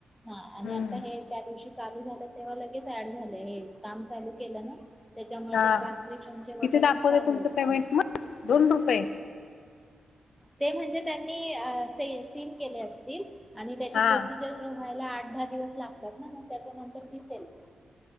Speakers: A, in the centre; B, on the left.
A: हा आणि
B: हम्म
A: आता हे त्या दिवशी चालू झालं तेव्हा लगेच ऍड झाले हे काम चालू केलं ना त्याच्यामुळे
B: हा
A: ते ट्रान्स्क्रिप्शनचे वगैरे
B: किती दाखवते
A: चालू
B: तुमचं
A: आहेत
B: पेमेंट
A: काम.
B: मग दोन रुपये
A: ते म्हणजे त्यांनी सीम केले अस आणि त्याची
B: हा
A: प्रोसिजर व्हायला आठ अधा दिवस लागतात ना मग त्याच्यानंतर दिसेल ते